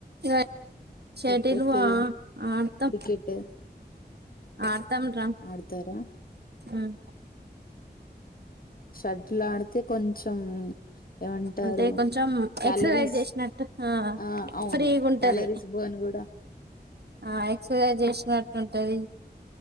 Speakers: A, on the right (about 70°); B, on the left (about 55°).
A: ఇక షటిల్
B: లేకపోతే
A: ఆ ఆడతాం
B: క్రికెట్
A: ఆడతాం రా
B: ఆడతారా
A: మ్మ్
B: షటిల్ ఆడితే కొంచెం ఏమంటారు
A: అంటే కొంచెం
B: క్యాలరీస్
A: ఎక్సర్సైజ్ చేసినట్టు
B: ఆ అవును
A: ఫ్రీగా ఉంటది
B: క్యాలరీస్ బ ర్న్ గూడా
A: ఆ ఎక్సర్సైజ్ చేసినట్టుంటది